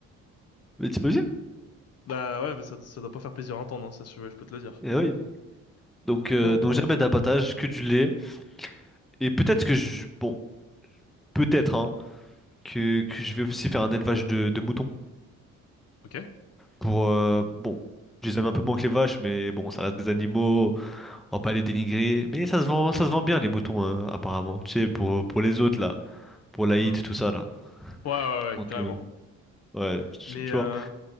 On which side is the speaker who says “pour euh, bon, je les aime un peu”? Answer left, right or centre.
Centre